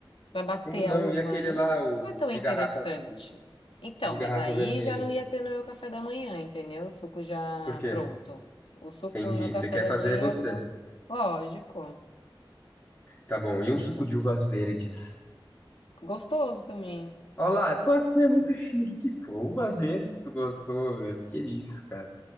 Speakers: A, on the left (about 90°); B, on the left (about 20°).
A: Vai bater
B: Como não?
A: a uva,
B: E aquele
A: não
B: lá, o
A: é tão
B: de
A: interessante.
B: garrafa, o
A: Então,
B: de
A: mas
B: garrafa
A: aí
B: vermelha?
A: já não ia ter no meu café da manhã, entendeu? O suco já
B: Por quê?
A: pronto. O suco
B: Entendi.
A: no meu café
B: Você quer
A: da
B: fazer
A: manhã
B: você.
A: ia ser um... lógico,
B: Tá bom. E um suco de uvas verdes?
A: gostoso também.
B: Olha lá, tu, tu é muito chique, pô. Uva verde, tu gostou, velho. Que isso, cara.